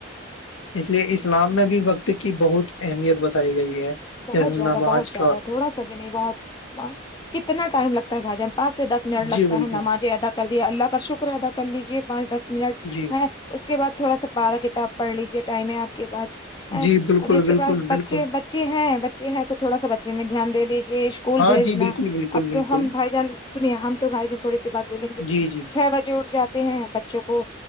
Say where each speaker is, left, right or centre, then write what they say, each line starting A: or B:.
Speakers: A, on the left; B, on the left.
A: اس لیے اسلام میں بھی وقت کی بہت اہمیت بتائی گئی ہے
B: بہت
A: جیسے
B: زیادہ
A: نماز
B: بہت زیادہ
A: کا
B: تھوڑا سا بھی نہیں بہتاں کتنا ٹائم لگتا ہے بھائی جان پانچ سے دس منٹ لگتا
A: جی بالکل
B: ہے نمازیں ادا کر دیا اللہ کا شکر ادا کر لیجیے پانچ دس منٹ
A: جی
B: ہیں اس کے بعد تھوڑا سا بارہ کتاب پڑھ لیجیے ٹائم ہے آپ کے پاس
A: جی بالکل
B: جس کے
A: بالکل
B: پاس
A: بالکل
B: بچے بچے ہیں بچے ہیں تو تھوڑا سا بچے میں دھیان دے لیجیے اسکول
A: ہاں
B: بھیجنا
A: جی بالکل بالکل
B: اب
A: بالکل
B: تو ہم بھائی جان سنیے ہم تو بھائی جان تھوڑی سی بات بولیں گے
A: جی جی
B: چھ بجے اٹھ جاتے ہیں بچوں کو